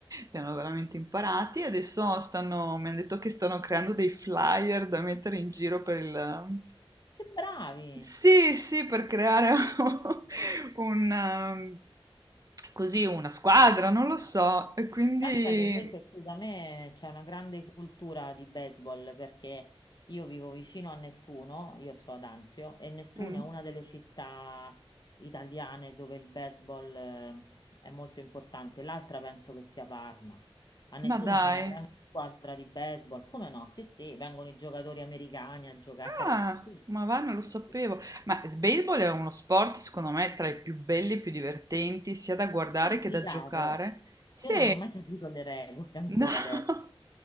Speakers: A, on the right; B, on the left.
A: li hanno veramente imparati e adesso stanno, mi hanno detto che stanno creando dei flyer da mettere in giro per il...
B: Che bravi!
A: Sì, sì, per creare <laughs> un, um, così una squadra, non lo so. E quindi...
B: Pensa che invece qui da me c'è una grande cultura di baseball perché io vivo vicino a Nettuno, io sto ad Anzio, e Nettuno
A: mm,
B: è una delle città italiane dove il baseball eh, è molto importante. L'altra penso che sia Parma. A Nettuno
A: ma dai.
B: c'è una grande squadra di baseball, come no? Sì, sì, vengono i giocatori americani a giocare.
A: Ah,
B: Sì,
A: ma va, non lo sapevo.
B: sì, sì.
A: Ma il baseball è uno sport, secondo me, tra i più belli e più divertenti, sia da guardare
B: Complicato.
A: che da giocare. Sì,
B: Io non ho mai capito le regole ancora
A: No, <laughs>
B: adesso,